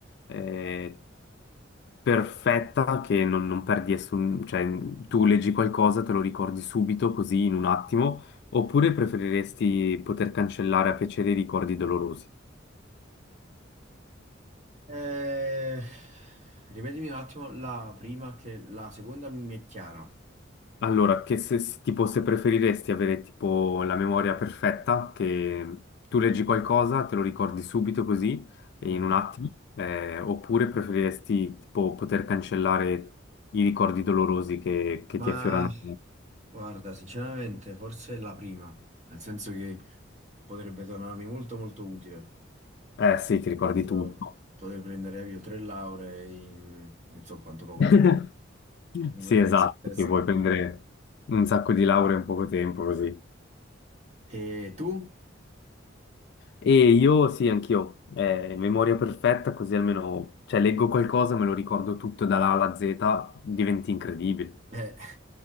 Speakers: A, on the left; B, on the right.
A: eh, perfetta che non, non perdi nessun, cioè tu leggi qualcosa, te lo ricordi subito, così in un attimo, oppure preferiresti poter cancellare a piacere i ricordi dolorosi?
B: Eh, ripetimi un attimo la prima, che la seconda mi è chiara.
A: Allora, che se, s- tipo se preferiresti avere tipo la memoria perfetta, che tu leggi qualcosa, te lo ricordi subito così, e
B: Mm.
A: in un attimo, eh, oppure preferiresti tipo poter cancellare i ricordi dolorosi che, che
B: Ma
A: ti affiorano?
B: guarda, sinceramente, forse è la prima, nel senso che potrebbe tornarmi molto molto utile.
A: Eh sì, ti ricordi
B: Penso
A: tutto.
B: poter prendere avvio tre lauree in non so quanto poco
A: <laughs>
B: tempo. Mi
A: Sì,
B: potrebbe
A: esatto,
B: essere interessante.
A: ti puoi prendere un sacco di lauree in poco tempo così.
B: E tu?
A: E io sì, anch'io, eh, memoria perfetta, così almeno, cioè, leggo qualcosa, me lo ricordo tutto dalla A alla Z, diventi incredibile,
B: Eh,